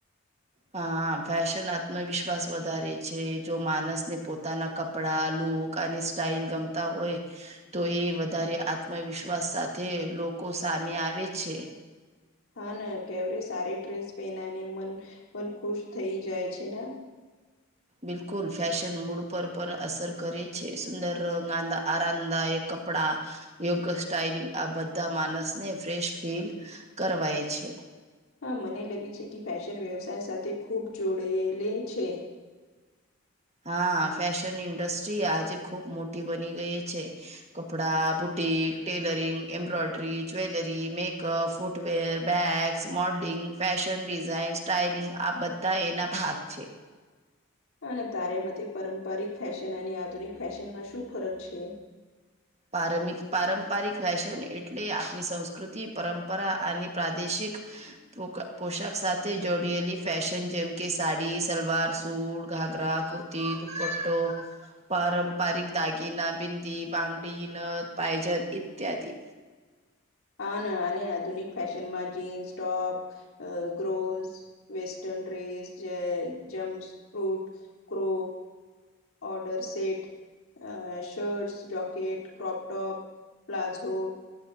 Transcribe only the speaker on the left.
હા ના કેવરે સારી ડ્રેસ પહેનાને મન પણ ખુશ થઈ જાય છે ને.
હા મને લાગે છે કે ફેશન વ્યવસાય સાથે ખૂબ જોડેલી છે.
અને તારે મતે પારંપરિક ફેશન અને આધુનિક ફેશનમાં શું ફરક છે.
હા ના અને આધુનિક ફેશન માં જીન્સ ટોપ. અ ગ્રોન્સ western dress germs fruit. Crow order set. અ shirts jacket crop top palazzo.